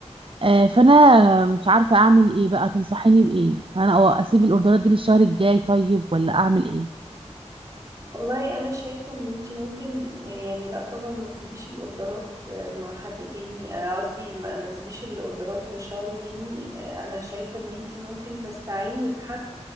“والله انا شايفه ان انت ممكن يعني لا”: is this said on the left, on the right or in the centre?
Right